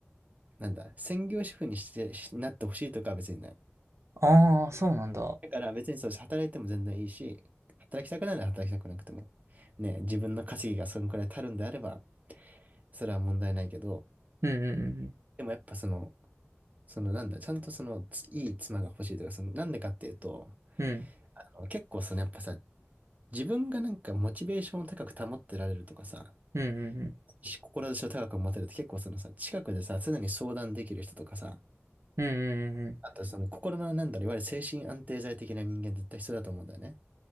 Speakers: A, on the right; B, on the right.
A: なんだ、専業主婦にして、しなってほしいとかは別にない。
B: ああ、そうなんだ。
A: だから別にそう、働いても全然いいし、働きたくないなら働きたくなくても。ね、自分の稼ぎがそのくらい足るんであれば、それは問題ないけど、
B: うんうんうんうん。
A: でもやっぱその、そのなんだ、ちゃんとその、ついい妻が欲しいとか、その、なんでかっていうと、
B: うん
A: あの、結構そのやっぱさ、自分がなんかモチベーションを高く保ってられるとかさ、
B: うんうんうん。
A: 志を高く持てるって結構そのさ、近くでさ、常に相談できる人とかさ、
B: うんうんうんうん。
A: あとその心のなんだろう、いわゆる精神安定剤的な人間絶対必要だと思うんだよね。